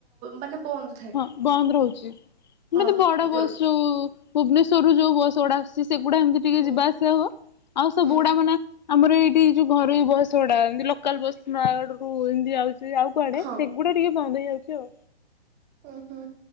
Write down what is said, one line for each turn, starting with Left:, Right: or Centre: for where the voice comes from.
Right: ମାନେ ବନ୍ଦ ଥାଏ
Left: ହଁ ବନ୍ଦ ରହୁଛି। <inaudible> ଏମିତି
Right: ହଁ
Left: ବଡ଼
Right: ଯୋ
Left: ବସ ଯଉ ଭୁବନେଶ୍ଵରରୁ ଯୋଉ ବସ ଗୁଡା ଆସଛି ସେଗୁଡା ଏମିତି ଟିକେ
Right: ହୁଁ।
Left: ଯିବା ଆସିବା ହ ଆଉ ସବୁଗୁଡା
Right: ହୁଁ
Left: ମାନେ ଆମର ଏଇଠି ଏଇ ଯୋଉ ଘରୋଇ ବସ୍ ଗୁଡା ଲୋକାଲ ବସ୍ ନୂୟାଗଡରୁ ଏମିତି ଆଉଜି। ଆଉ କୁଆଡେ
Right: ହଁ।
Left: ସେଗୁଡା ଟିକେ ବନ୍ଦ ହେଇଯାଉଛି ଆଉ
Right: ଓହୋ।